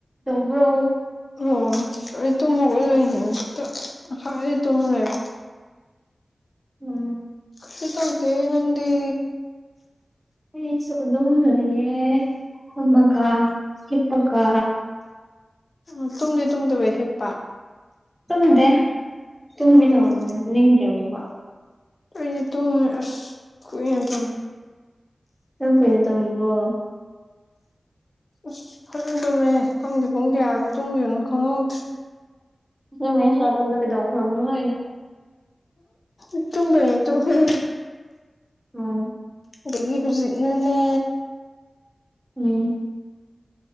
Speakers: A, in the centre; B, on the left.
A: ꯗ꯭ꯔꯣ
B: ꯑꯣ ꯑꯩ ꯇꯨꯝꯃꯒ ꯂꯣꯏꯅꯦꯛꯇ ꯍꯥꯏꯗꯤ ꯇꯨꯝꯃ ꯂꯩꯔꯦ
A: ꯎꯝ
B: ꯁꯤꯇꯧꯗꯦ ꯅꯪꯗꯤ
A: ꯑꯩꯁꯨ ꯑꯗꯨꯝ ꯂꯩꯌꯦ ꯑꯃꯃꯀꯥ ꯍꯤꯛꯄꯀꯥ
B: ꯎ ꯇꯨꯝꯗꯤ ꯇꯨꯝꯗꯕ ꯍꯤꯞ
A: ꯇꯨꯝꯗꯦ ꯇꯨꯝꯒꯦ
B: ꯎꯝ
A: ꯇꯧꯔꯝꯕꯅꯦ ꯅꯤꯡꯗ꯭ꯔꯦ ꯑꯃꯨꯛꯀꯣ
B: ꯑꯩꯗꯤ ꯇꯨꯝ ꯑꯁ ꯀꯨꯏ ꯇ
A: ꯅꯪ ꯀꯨꯏꯅ ꯇꯧꯔꯨꯕ꯭ꯔꯣ
B: ꯑꯁ ꯐꯖꯅ ꯇꯨꯝꯃꯦ ꯈꯪꯗꯦ ꯄꯨꯡ ꯀꯌꯥꯗꯣ ꯇꯨꯝꯈꯤꯕꯅꯣ ꯈꯪꯍꯧꯗ꯭ꯔꯦ
A: ꯅ ꯃ ꯁꯇꯝꯗ ꯀꯩꯗꯧꯈ꯭ꯔꯕꯅꯣꯩꯅ
B: ꯎ ꯇꯨꯝꯗꯧꯔꯦ ꯇꯣꯛꯈ꯭ꯔꯦ
A: ꯎꯝ
B: ꯑꯗꯒꯤ ꯍꯧꯖꯤꯛꯅꯅꯦ
A: ꯎꯝ